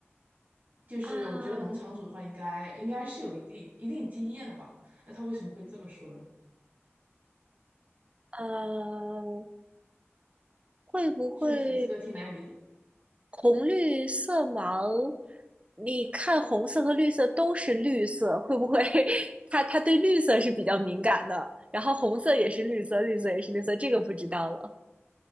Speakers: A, on the right; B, on the right.
A: 就是我觉得农场主的话应该应该是有一定一定经验的吧？
B: 啊，
A: 那他为什么会这么说呢？
B: 呃，会不会
A: 确实，这个挺难以理解。
B: 红绿色盲？你看红色和绿色都是绿色，会不会 <laughs> 他他对绿色是比较敏感的？然后红色也是绿色，绿色也是绿色，这个不知道了。